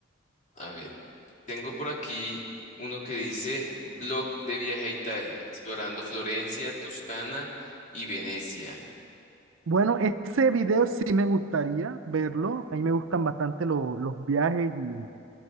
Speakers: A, on the left; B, on the right.
A: A ver, tengo por aquí uno que dice Blog de viaje a Italia, explorando Florencia, Toscana y Venecia.
B: Bueno, ese video sí me gustaría verlo. A mí me gustan bastante lo- los viajes y,